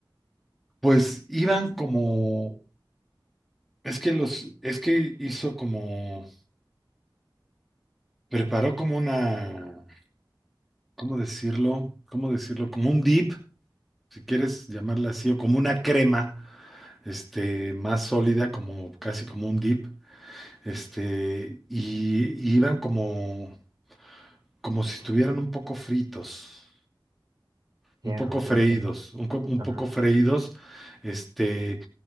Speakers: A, in the centre; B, on the right.
A: Pues iban como, es que los, es que hizo como, preparó como una, ¿cómo decirlo? ¿Cómo decirlo? Como un dip, si quieres llamarla así, o como una crema, este, más sólida, como casi como un dip, este, y, y iban como, como si estuvieran un poco fritos. Un
B: Ya,
A: poco
B: ok,
A: freídos,
B: ok.
A: un, co- un
B: Ajá.
A: poco freídos, este,